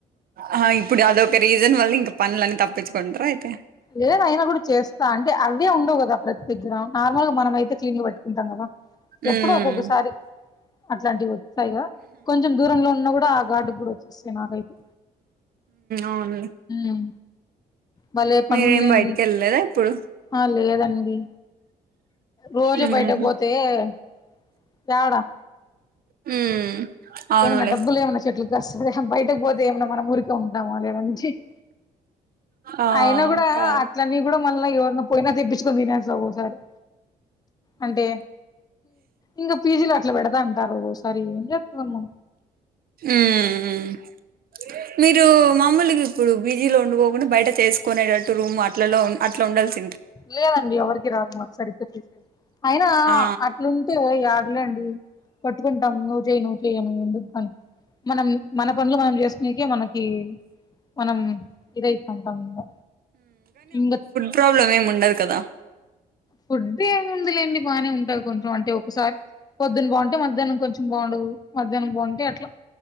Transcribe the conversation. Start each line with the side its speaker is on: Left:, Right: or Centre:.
Right: ఆ ఇప్పుడు అదొక రీజన్ వల్ల ఇంకా పనులని తప్పించుకుంటారు అయితే
Left: లేద అయినా కూడా చేస్తా అంటే అవే ఉండవు కదా ప్రతి గ్రామ్ నార్మల్ గా మనం అయితే క్లీన్ గా పెట్టుకుంటాం కదా ఎప్పుడు
Right: ఉమ్
Left: ఒక్కొక్కసారి అట్లాంటివి వస్తాయిగా కొంచెం దూరంలో ఉన్న కూడా ఆ గార్డు కూడా వచ్చస్తుంది నాకైతే
Right: అవును
Left: ఉం భలే పనుల్లేండి
Right: మీరేం బయటికి వెళ్ళలేదా ఇప్పుడు
Left: ఆ లేదండి రోజు
Right: ఉహు
Left: బయటకు పోతే ఎడా
Right: ఉమ్ అవునులే
Left: ఏమైన్నా డబ్బులు ఏమైన్నా చెట్లు కాస్తయా బయటకు పోతే ఏమైన్నా మనం ఊరికే ఉంటామో లేదీ <unintelligible>
Right: ఆ
Left: అయినా కూడా
Right: కాదు
Left: అట్లన్న కూడా మళ్ళీ ఎవరిన పోయినా తెప్పించుకొని తినేస్త ఒకోసారి అంటే ఇంకా పీజీలో అట్లా పెడదా అంటారు సారి ఏం చెస్తము
Right: ఉం మీరు మామూలుగా ఇప్పుడు పీజీలో ఉండ కోకుండా బయట చేసుకునేటటు రూమ్ అట్లలో అట్లా ఉండాల్సి
Left: లేదండి ఎవరికి రాదు మాకు సరిగాసేది అయినా
Right: ఆ
Left: అట్లుంటే లేండి పట్టుకుంటాం నువ్ చేయ నువ్ చేము ఎందుకుని మనం మన పనులు మనం చేసినకే మనకి మనం ఇదైతే ఉంటాం ఇంకా ఇంకా
Right: ప్రాబ్లమ్ ఏమి ఉండదు కదా
Left: ఫుడ్ ఏమిముందిలేండి బానే ఉంట కొంచం అంటే ఒకసారి పొద్దున బాగుంటే మధ్యాహ్నం కొంచం బాగుండదు మధ్యాహ్నం బాగుంటే అట్లా